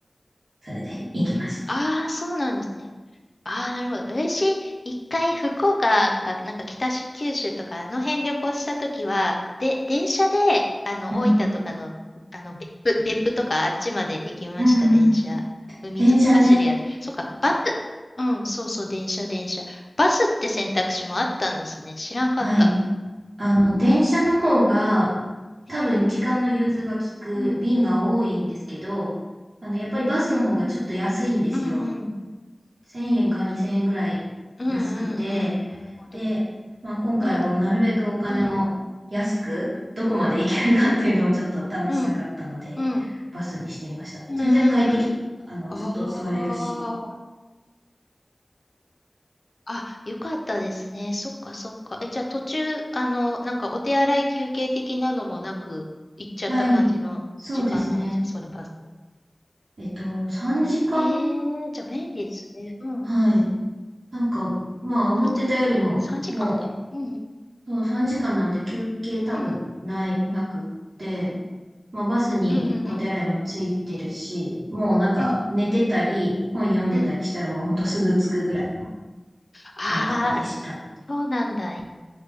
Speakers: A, on the right; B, on the left.
A: それで行きました。
B: ああ、そうなんですね。ああ、なるほど。私、一回福岡か、なんか北九州とか、あの辺旅行したときは、で、電車で、あの、
A: うん。
B: 大分とかの、あの、別府、別府とかあっちまで行きました、
A: うんうん。
B: 電車。海沿い走るやつ。
A: 電車ね。
B: そうか、バス、うん、そうそう、電車、電車。バスって選択肢もあったんですね。知らんかった。
A: はい。あの、電車の方が、
B: え
A: 多分時間の融通は効く便が多いんですけど、
B: うん、
A: あの、やっぱりバスの方がちょっと安いんですよ。
B: うん、うん、
A: 1000円か2000円ぐらい安くて、
B: うん、うん、うん、なるほど。
A: で、まあ、今回はもうなるべくお金を安く、
B: うん、うん、
A: どこまで行けるかっていうのをちょっと試したかったので、
B: うん、うん、うん、
A: バスにしてみました。
B: うん、
A: 全然快適、
B: うん。
A: あの、
B: ああ。
A: ずっと座れるし。
B: あ、よかったですね。そっかそっか。え、じゃあ途中、あの、なんかお手洗い休憩的なのもなく、行っちゃった感じの時間なんですかそれバス。
A: ない、そうですね。えっと、3時間、
B: えー、じゃあ便利ですね。うん。
A: はい。なんか、まあ、思ってたよりも、
B: 3時間 ?3
A: も
B: 時間かんか。うん。
A: う、そう3時間なので休憩多分ない、
B: うん。
A: なくって、まあ、バスにお手洗いもついてるし、
B: うん。うん。
A: もうなんか寝てたり、
B: うん。うん。
A: 本読んでたりしたらもうほんとすぐ着くぐらいの
B: うんああー、
A: 感覚でした。
B: そうなんだ。い